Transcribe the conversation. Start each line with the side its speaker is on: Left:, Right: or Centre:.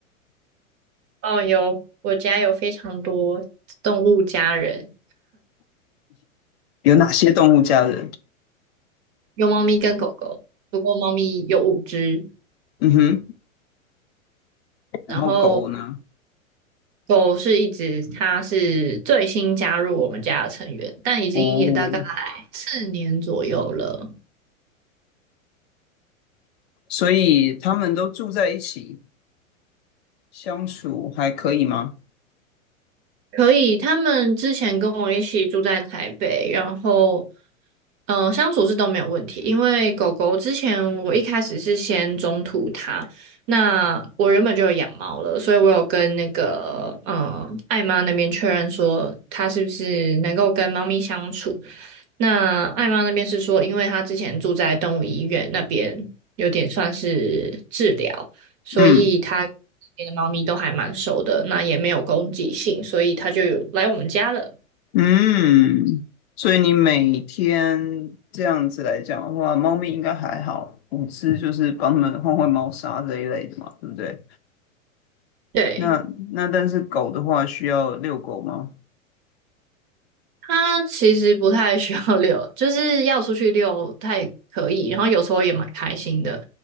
Right: 哦，有，我家有非常多动物家人，
Left: 有哪些动物家人？
Right: 有猫咪跟狗狗，不过猫咪有五只，
Left: 嗯哼，然后狗呢？
Right: 然后狗是一只，它是最新加入我们家的成员，但已经也大概
Left: 哦，
Right: 四年左右了。
Left: 所以他们都住在一起，相处还可以吗？
Right: 可以，他们之前跟我一起住在台北，然后，嗯、相处是都没有问题。因为狗狗之前我一开始是先中途它，那我原本就有养猫了，所以我有跟那个嗯、呃爱妈那边确认说它是不是能够跟猫咪相处。那艾妈那边是说，因为她之前住在动物医院那边，有点算是治疗，所以她那边的猫咪都还蛮熟的，
Left: 嗯
Right: 那也没有攻击性，所以她就有来我们家了。
Left: 嗯，所以你每天这样子来讲的话，猫咪应该还好，五只就是帮它们换换猫砂这一类的嘛，对不对？
Right: 对，
Left: 那那但是狗的话需要遛狗吗？
Right: 它其实不太需要遛，就是要出去遛，它也可以，然后有时候也蛮开心的。